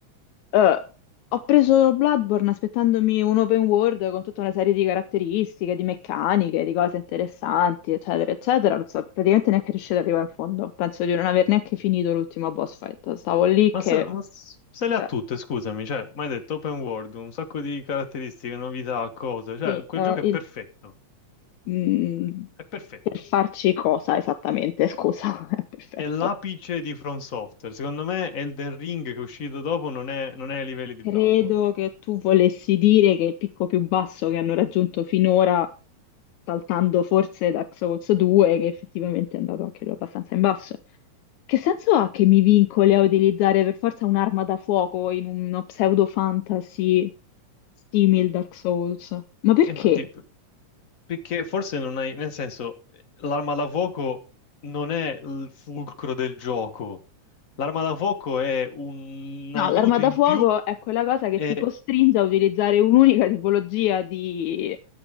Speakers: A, on the left; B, on the left.
A: Eh, ho preso Bloodborne aspettandomi un open world con tutta una serie di caratteristiche, di meccaniche, di cose interessanti, eccetera, eccetera. Non so, praticamente neanche riuscito ad arrivare in fondo. Penso di non aver neanche finito l'ultimo boss fight. Stavo lì
B: Ma,
A: che,
B: se, ma s- se le
A: cioè,
B: ha tutte, scusami, cioè, mi hai detto open world, un sacco di caratteristiche, novità, cose, cioè,
A: sì,
B: quel
A: eh,
B: gioco è
A: il-
B: perfetto,
A: mm,
B: è perfetto.
A: per farci cosa esattamente? Scusa, <laughs> perfetto.
B: È l'apice di From Software. Secondo me Elden Ring che è uscito dopo non è, non è ai livelli di
A: Credo
B: Bloodborne.
A: che tu volessi dire che il picco più basso che hanno raggiunto finora, saltando forse Dark Souls 2, che effettivamente è andato anche lui abbastanza in basso. Che senso ha che mi vincoli a utilizzare per forza un'arma da fuoco in uno pseudo fantasy simil Dark Souls? Ma perché?
B: E infatti, perché forse non hai... Nel senso, l'arma da fuoco non è il fulcro del gioco. L'arma da fuoco è un
A: No,
B: aiuto
A: l'arma da
B: in
A: fuoco
B: più
A: è quella cosa che
B: E,
A: ti costringe a utilizzare un'unica tipologia di